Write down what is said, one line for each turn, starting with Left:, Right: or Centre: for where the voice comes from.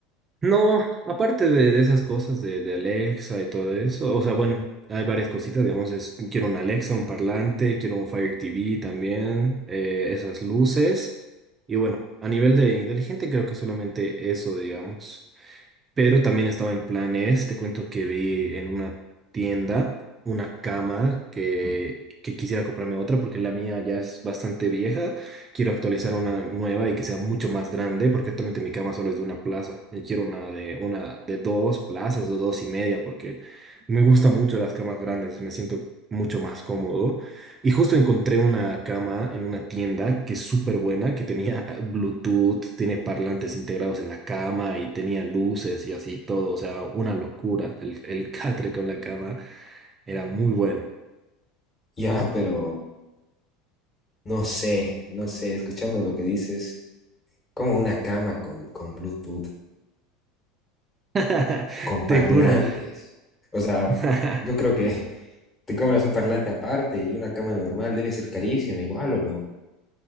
Right: No, aparte de, de esas cosas de, de Alexa y todo eso, o sea, bueno, hay varias cositas, digamos, es, quiero un Alexa, un parlante, quiero un Fire TV también, eh, esas luces. Y bueno, a nivel de inteligente creo que solamente eso, digamos. Pero también estaba en planes, te cuento que vi en una tienda una cama que, que quisiera comprarme otra porque la mía ya es bastante vieja. Quiero actualizar una nueva y que sea mucho más grande porque actualmente mi cama solo es de una plaza. Y quiero una de, una de dos plazas o dos y media porque me gustan mucho las camas grandes, me siento mucho más cómodo. Y justo encontré una cama en una tienda que es súper buena, que tenía <laughs> Bluetooth, tiene parlantes integrados en la cama y tenía luces y así todo. O sea, una locura. El, el <laughs> catre con la cama era muy bueno.
Left: Ya, pero no sé, no sé, escuchando lo que dices, como una cama con, con Bluetooth.
Right: <laughs>
Left: con parlantes.
Right: Te juro.
Left: O sea,
Right: <laughs>
Left: yo creo que <laughs> te compras un parlante aparte y una cama normal debe ser carísima, igual o no.